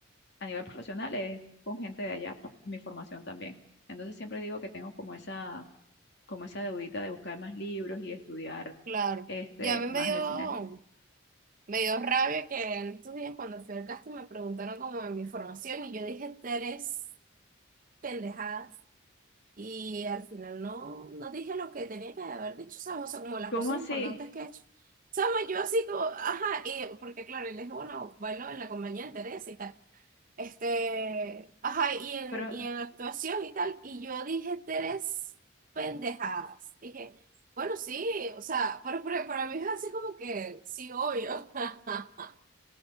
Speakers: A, on the left (about 55°); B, on the right (about 40°).
A: a nivel profesional, es con gente de allá pues, y mi formación también. Entonces siempre digo que tengo como esa, como esa deudita de buscar más libros y estudiar
B: claro.
A: este,
B: Ya a mí me
A: más
B: dio,
A: del cine.
B: me dio rabia que en estos días cuando fui al casting me preguntaron como de mi formación y yo dije tres pendejadas Y al final no, no dije lo que tenía que haber dicho, ¿sabes? O sea, como las
A: ¿Cómo
B: cosas
A: así?
B: importantes que he hecho. ¿Sabes? Yo así como, ajá, y, porque claro, y le dije, bueno, bailo en la compañía de Teresa y tal. Este, ajá, y en,
A: Pero
B: y en actuación y tal. Y yo dije tres pendejadas. Dije, bueno, sí, o sea, pero, pero para mí es así como que, sí, obvio. <laughs>